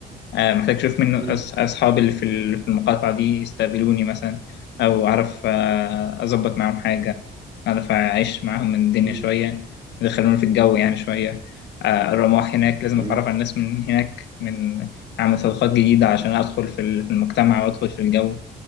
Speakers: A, on the left (about 75°); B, on the right (about 25°).
A: آه، محتاج أشوف منه
B: مم.
A: أص- أصحابي اللي في ال- في المقاطعة دي يستقبلوني مثلا أو أعرف آه، أظبط معاهم حاجة أعرف أعيش معاهم من الدنيا
B: مم.
A: شوية يدخلوني في الجو يعني شوية آه، الرماح هناك لازم
B: مم.
A: أتعرف على الناس من هناك من أعمل صداقات جديدة عشان أدخل في ال- في المجتمع وأدخل في الجو